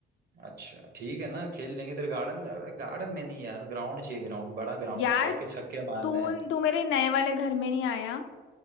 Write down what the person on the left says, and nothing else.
यार
तू
तू मेरे नए वाले घर में नहीं आया